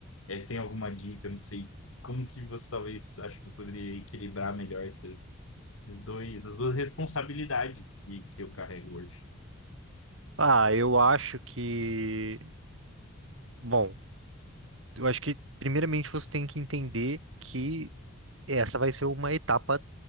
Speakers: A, on the left; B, on the right.
A: é, tem alguma dica, não sei como que você talvez acho que eu poderia equilibrar melhor esses, esses dois, as duas responsabilidades que, que eu carrego hoje.
B: Ah, eu acho que. Bom, eu acho que primeiramente você tem que entender que essa vai ser uma etapa